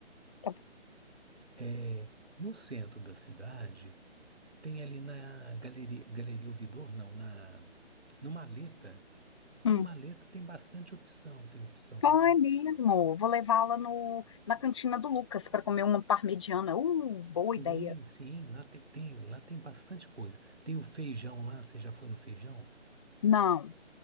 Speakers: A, on the left (about 25°); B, on the right (about 70°).
A: tá bom.
B: É, no centro da cidade, tem ali na Galeria, Galeria Ouvidor, não, na, no Maleta. No
A: Hum.
B: Maleta tem bastante opção, tem opção vagi-
A: Ah, é mesmo. Vou levá-la no, na cantina do Lucas para comer uma parmegiana. Uh, boa
B: Sim,
A: ideia.
B: sim, lá tem, tem- lá tem bastante coisa. Tem o feijão lá, você já foi no feijão?
A: Não,